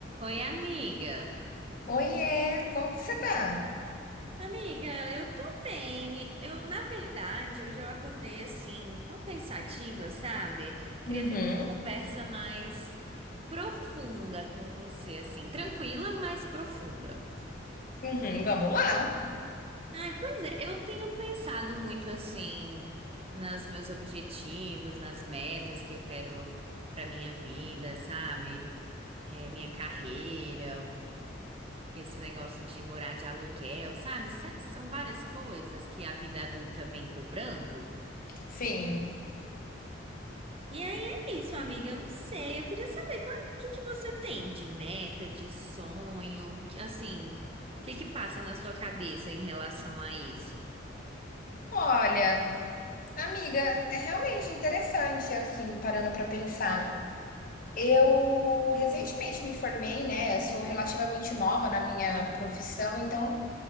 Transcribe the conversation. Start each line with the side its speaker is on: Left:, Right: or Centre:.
Right: Oi, amiga.
Left: Oiê, como que você tá?
Right: Amiga, eu tô bem. Eu, na verdade, hoje eu acordei assim, tão pensativa, sabe? Queria
Left: Uhum,
Right: ter uma conversa mais profunda com você, assim, tranquila, mas profunda.
Left: uhum, vamos lá.
Right: Ai, pois é, eu tenho pensado muito assim nos meus objetivos, nas metas que eu quero pra minha vida, sabe? É, minha carreira, Esse negócio de morar de aluguel, sabe? S- São várias coisas que a vida adulta vem cobrando.
Left: Sim.
Right: E aí é isso, amiga. Eu não sei. Eu queria saber qual, o que que você tem de meta, de sonho, que, assim, o que que passa na sua cabeça em relação a isso?
Left: Olha, amiga, é realmente interessante, assim, parando pra pensar. Eu recentemente me formei, né? Sou relativamente nova na minha profissão, então